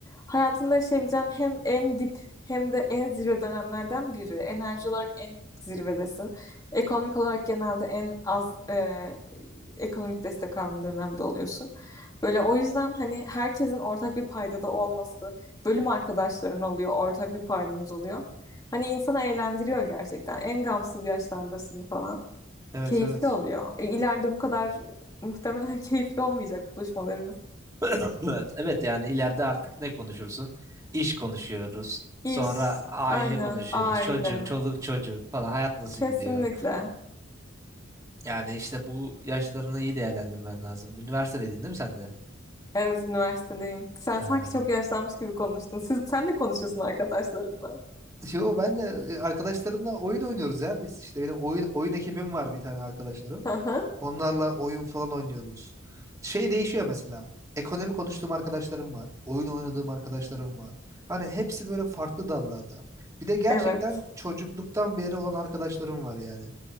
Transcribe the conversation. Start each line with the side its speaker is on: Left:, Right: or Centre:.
Left: hayatında yaşayabileceğin hem en dip hem de en zirve dönemlerden biri. Enerji olarak en zirvedesin. Ekonomik olarak genelde en az e, ekonomik destek aldığın dönemde oluyorsun. Böyle o yüzden hani herkesin ortak bir paydada olması, bölüm arkadaşların oluyor, ortak bir paydanız oluyor. Hani insana eğlendiriyor gerçekten. En gamsız yaşlardasın falan.
Right: Evet
Left: Keyifli
Right: evet.
Left: oluyor. E, ileride bu kadar muhtemelen <laughs> keyifli olmayacak buluşmalarımız.
Right: <clears throat> Evet, evet evet yani ileride artık ne konuşursun? İş konuşuyoruz.
Left: İş,
Right: Sonra aile
Left: aynen,
Right: konuşuyoruz.
Left: aile.
Right: Çocuk, çoluk, çocuk falan. Hayat nasıl
Left: Kesinlikle.
Right: gidiyor? Yani işte bu yaşlarını iyi değerlendirmen lazım. Üniversitedeydin değil mi sen de?
Left: Evet, üniversitedeyim. Sen
Right: Ee,
Left: sanki çok yaşlanmış gibi konuştun. Siz, sen de konuşuyorsun arkadaşlarınla.
Right: Yo ben de e, arkadaşlarımla oyun oynuyoruz ya biz. İşte benim oyun oyun ekibim var bir tane arkadaşlarım.
Left: Hı hı.
Right: Onlarla oyun falan oynuyoruz. Şey değişiyor mesela. Ekonomi konuştuğum arkadaşlarım var. Oyun oynadığım arkadaşlarım var. Hani hepsi böyle farklı dallarda. Bir de gerçekten
Left: Evet.
Right: çocukluktan beri olan arkadaşlarım var yani.